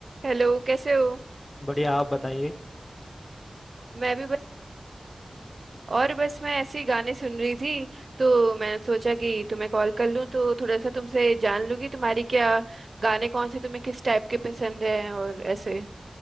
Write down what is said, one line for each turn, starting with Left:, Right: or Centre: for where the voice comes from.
Right: Hello कैसे हो
Left: बढ़िया आप बताइए
Right: मैं भी बस और बस मैं ऐसे ही गाने सुन रही थी तो मैंने सोचा कि तुम्हें कॉल कर लूं तो थोड़ा सा तुमसे जान लूं कि तुम्हारी क्या गाने कौन से तुम्हें किस टाइप के पसंद हैं और ऐसे